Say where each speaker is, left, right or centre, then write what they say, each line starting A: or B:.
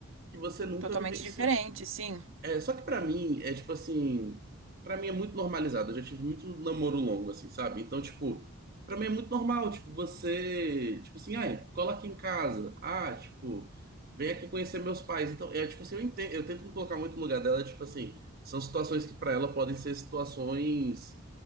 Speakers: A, on the right; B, on the right.
A: que você nunca
B: Totalmente
A: vivenciou
B: diferente, sim.
A: é, só que pra mim é tipo assim, Pra mim é muito normalizado. Eu já tive muito namoro longo assim, sabe? Então, tipo, pra mim é muito normal, tipo, você, tipo assim, ai, cola aqui em casa. Ah, tipo, vem aqui conhecer meus pais. Então, é tipo assim, eu entendo, eu tento me colocar muito no lugar dela, tipo assim, são situações que pra ela podem ser situações